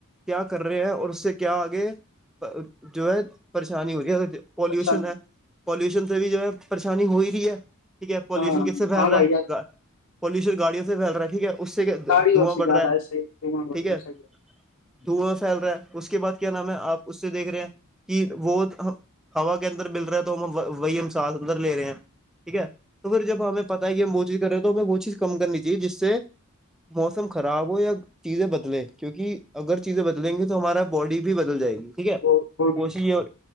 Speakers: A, in the centre; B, on the left.
A: کیا کر رہے ہیں اور اس سے کیا آگے جو ہے پریشانی ہو رہی ہے پالوشن
B: اچھا
A: ہے پولوشن سے بھی جو ہے پریشانی ہو رہی ہے ٹھیک ہے پولوشن
B: ہاں ہاں
A: کس سے پھیل رہا
B: بھائی
A: ہے
B: جان
A: پولوشن گاڑیوں سے پھیل رہا ہے ٹھیک ہے اس سے کہ
B: گاڑیوں
A: دواں
B: سے
A: بڑھ
B: زیادہ
A: رہا ہے
B: ایسے دھواں وغیرہ
A: ٹھیک ہے
B: صحیح
A: دھواں پھیل رہا ہے اس کے بعد کیا نام ہے آپ اس سے دیکھ رہے ہیں کہ وہ ہوا کے اندر مل رہا ہے تو ہم وہی ہم ساتھ اندر لے رہے ہیں ٹھیک ہے تو پھر جب ہمیں پتا ہے کہ ہم وہ چیز کرے ہیں تو ہمیں وہ چیز کم کرنی چاہی جس سے موسم خراب ہو یا چیزیں بدلے کیونکہ اگر چیزیں بدلیں گی تو ہمارا باڈی بھی بدل جائے گی ٹھیک ہے
B: ب ب
A: کوشش یہ